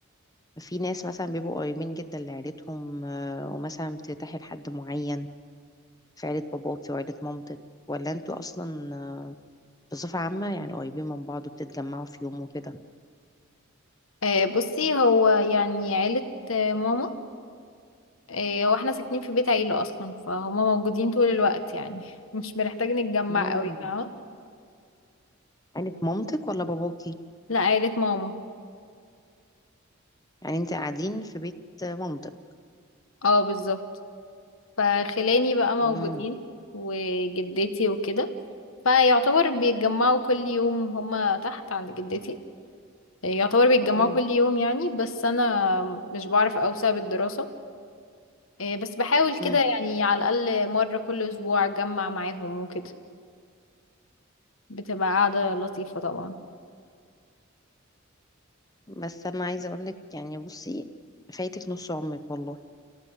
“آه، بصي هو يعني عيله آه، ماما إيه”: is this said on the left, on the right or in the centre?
Left